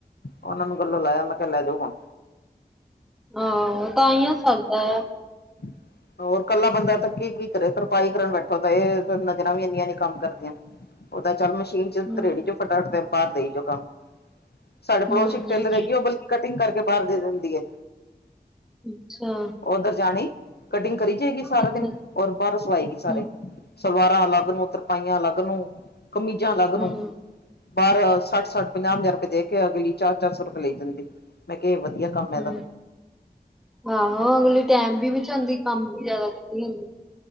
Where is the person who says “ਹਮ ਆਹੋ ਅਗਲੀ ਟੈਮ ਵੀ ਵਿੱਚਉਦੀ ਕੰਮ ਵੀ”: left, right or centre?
Centre